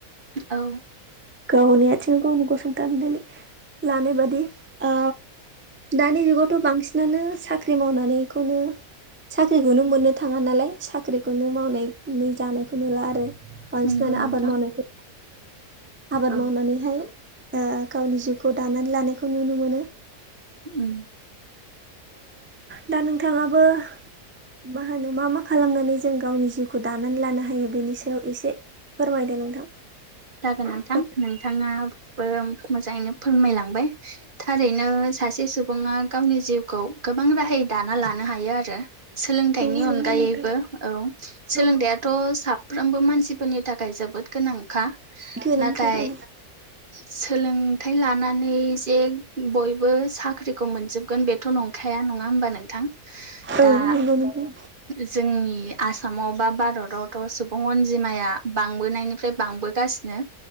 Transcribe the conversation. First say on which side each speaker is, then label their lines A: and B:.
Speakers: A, on the right (about 35°); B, on the right (about 15°).
A: औ।
B: गावनि आथिङाव गावनो गसंथनानै लानाय बादि औ दानिनि जुगाव थ' बांसिनानो साख्रि मावनानैखौनो साख्रिखौनो मोननो थाङा नालाय साख्रि खौनो मावनाय जानायखौ नुला आरो बांसिनानो
A: नंगौ नोंथां
B: आबाद मावनायखौ आबाद
A: औ
B: मावनानैहाय गावनि जिउखौ दानानै लानायखौ नुनो मोनो
A: उम
B: दा नोंथाङाबो मा होनो मा मा खालामनानै जों गावनि जिउखौ दानानै लानो हायो बेनि सायाव एसे फोरमायदो नोंथां।
A: जागोन नोंथां
B: औ
A: नोंथाङाबो मोजाङैनो फोरमायलांबाय। थारैनो सासे सुबुङा गावनि जिउखौ गोबां राहाय दाना लानो हायो आरो सोलोंथाइनि
B: नंगौ
A: अनगायैबो
B: नोंथां
A: औ सोलोंथायाइथ'
B: औ
A: साफ्रोमबो मानसि फोरनि थाखाय जोबोद गोनांखा
B: गोनांथार
A: नाथाय
B: औ
A: सोलोंथाइ लानानै जे बयबो साख्रिखौ मोनजोबगोन बे थ' नंखाया नङा होमबा नोंथां?
B: औ
A: दा
B: नंगौ नोंथां
A: जोंनि आसामाव बा भारतावथ' सुबुं अनजिमाया बांबोनायनिफ्राय बांबोगासिनो